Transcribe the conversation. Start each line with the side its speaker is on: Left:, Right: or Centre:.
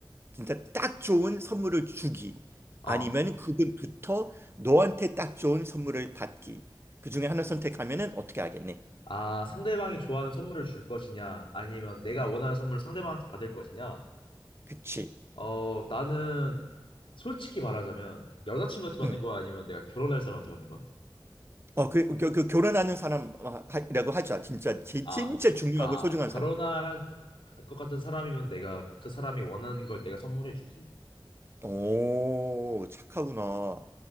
Right: 진짜 딱 좋은 선물을 주기
Left: 어.
Right: 아니면 그분부터 너한테 딱 좋은 선물을 받기. 그 중에 하나 선택하면은 어떻게 하겠니?
Left: 아, 상대방이 좋아하는 선물을 줄 것이냐, 아니면 내가 원하는 선물을 상대방한테 받을 것이냐.
Right: 그치.
Left: 어, 나는 솔직히 말하자면 여자친구한테 받는
Right: 응.
Left: 거야, 아니면 내가 결혼할 사람한테 받는 거야?
Right: 어, 그, 그, 그 결혼하는 사람이라고 하자. 진짜 제-
Left: 아,
Right: 진짜 중요하고
Left: 아,
Right: 소중한
Left: 결혼할
Right: 사람.
Left: 것 같은 사람이면 내가 그 사람이 원하는 걸 내가 선물해 주지.
Right: 오, 착하구나.